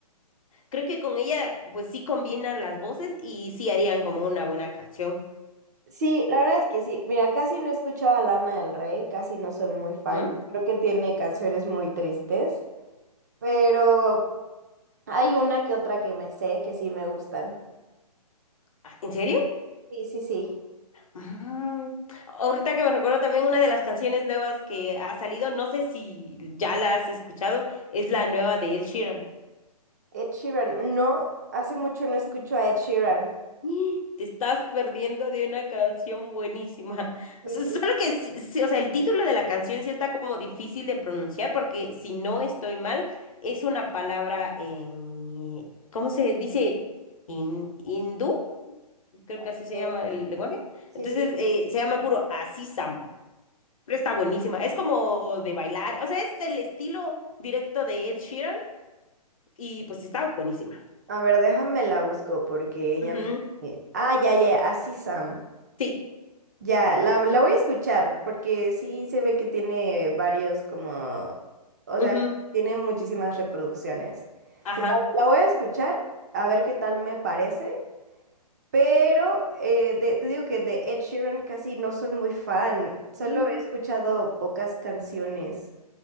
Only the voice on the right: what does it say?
Sí, la verdad es que sí. Mira, casi no he escuchado a Lana del Rey, casi no soy muy fan.
Creo que tiene canciones muy tristes, pero hay una que otra que me sé que sí me gustan.
Sí, sí, sí.
Ed Sheeran. No, hace mucho no escucho a Ed Sheeran.
Sí,
ok.
Sí,
sí.
A ver, déjame la busco porque
ya me... Ah, ya, ya, así Sam.
Ya, la, la voy a escuchar porque sí se ve que tiene varios como... O
sea, tiene muchísimas reproducciones.
Entonces, la, la voy a escuchar a ver qué tal me parece. Pero eh, de- te digo que de Ed Sheeran casi no soy muy fan. Solo
he escuchado pocas canciones.